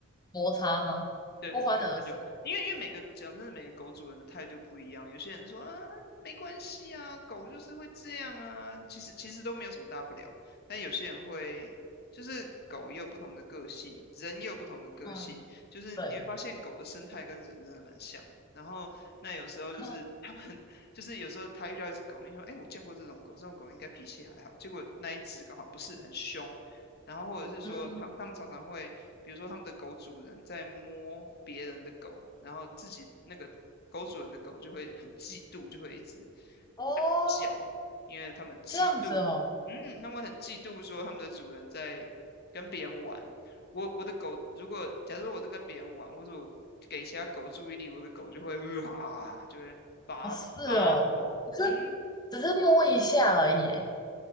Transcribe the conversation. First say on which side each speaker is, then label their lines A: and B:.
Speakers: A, on the left; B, on the left.
A: 摩擦吗？
B: 对对对，
A: 不欢而散。
B: 他就因为因为每个讲真的，每个狗主人的态度不一样。有些人说啊，没关系啊，狗就是会这样啊，其实其实都没有什么大不了。但有些人会，就是狗也有不同的个性，人也有不同的个性。
A: 嗯，
B: 就是你会发现狗的生态跟人真的蛮像的然后那有时候就是他们
A: 对，<clears throat>
B: <laughs> 就是有时候他遇到一只狗，你说哎，我见过这种狗，这种狗应该脾气还好。结果那一只刚好不是很凶，然后或者是说常他们常常会。
A: 嗯，
B: 比如说他们的狗主人在摸别人的狗，然后自己那个狗主人的狗就会很嫉妒，就会一直
A: 哦，
B: 大叫，因为他们嫉妒，
A: 这样子哦，
B: 嗯，他们很嫉妒说他们的主人在跟别人玩。我我的狗如果假如说我在跟别人玩，或者我给其他狗注意力，我的狗就会啊，就会发发狂，
A: 哦是哦，只是只是摸一下而已耶
B: 嗯，